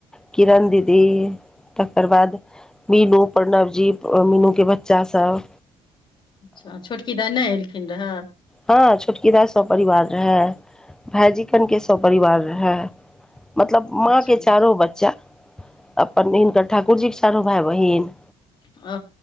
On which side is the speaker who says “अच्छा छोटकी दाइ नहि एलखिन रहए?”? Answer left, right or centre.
Left